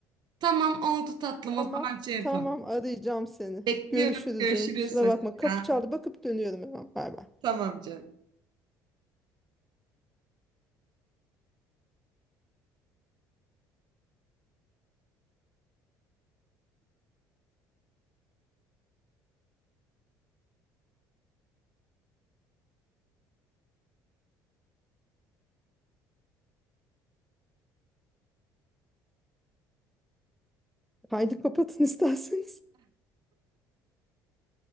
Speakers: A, on the right; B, in the centre.
A: tamam oldu tatlım
B: Tamam.
A: o zaman şey yapalım
B: Tamam arayacağım seni.
A: bekliyorum
B: Görüşürüz
A: görüşürüz
B: canım. Kusura
A: hoşça
B: bakma. Kapı
A: kal.
B: çaldı. Bakıp dönüyorum hemen. Bay bay.
A: tamam canım
B: Haydi kapatın isterseniz. <laughs>